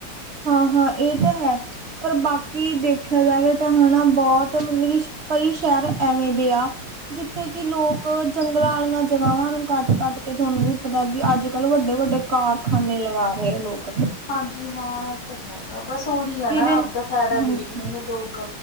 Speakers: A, on the right (about 65°); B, on the left (about 50°).
A: ਹਾਂ-ਹਾਂ ਇ ਤੇ ਹੈ ਪਰ ਬਾਕੀ ਦੇਖਿਆ ਜਾਵੇ ਤਾਂ ਹਨਾ ਬੌਤ ਮਤਲਬ ਵੀ ਕਈ ਸ਼ਹਿਰ ਐਵੇਂ ਦੇ ਆ ਜਿੱਥੇ ਕਿ ਲੋਕ ਜੰਗਲਾਂ ਆਲੀਂਆਂ ਜਗ੍ਹਾਵਾਂ ਨੂੰ ਕੱਟ- ਕੱਟ ਕੇ ਥੋਨੂੰ ਵੀ ਪਤਾ ਕਿ ਅੱਜ-ਕੱਲ੍ਹ ਵੱਡੇ-ਵੱਡੇ ਕਾਰਖਾਨੇ ਲਗਾ ਰਹੇ ਆ ਲੋਕ।
B: ਹਾਂਜੀ-ਹਾਂ ਐਤੇ ਹੈਗਾ ਬੱਸ ਉਹੀ ਆ
A: ਜਿਹਦੇ
B: ਨਾ ਆਵਦਾ ਫੈਦਾ
A: ਹਾਂਜੀ
B: ਦੇਖਦੇ ਨੇ ਲੋਕ।